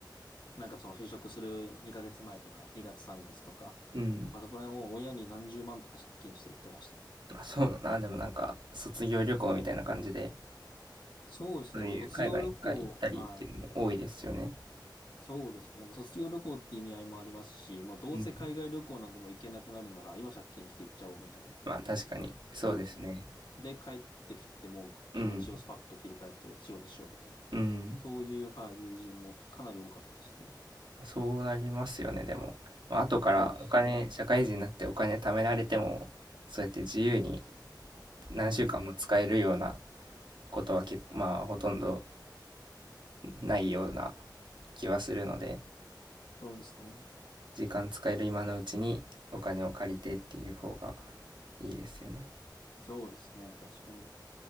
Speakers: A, on the left; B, on the right.
A: なんかその就職する2ヶ月前とか2月3月とか、
B: うん。
A: まあそこら辺もう親に何十万とか借金して行ってましたね。
B: あ、そうだな。でもなんか、卒業旅行みたいな感じで、
A: そうですね。
B: そういう海外一回行ったりっていうのも多いですよね。
A: まあ卒業旅行、はい。そうですね。なんか卒業旅行って意味合いもありますし、もうどうせ海外旅行なんかもう行けなくなるなら今借金して行っちゃおうみたいな。
B: うん。まあ確かに、そうですね。
A: そうですね。で帰ってきてもう気持ちをスパッと切り替えて仕事しようみたいな。
B: うん。うん。
A: そういう、はい、友人もかなり多かったですね。
B: そうなりますよね、でも。まあ、後からお金、
A: そうですね。
B: 社会人になってお金貯められても、そうやって自由に何週間も使えるような
A: うん。
B: ことは結構、まあ、ほとんどないような気はするので、
A: そうですね。
B: 時間使える今のうちにお金を借りてっていう方がいいですよね。
A: そうですね。確かに。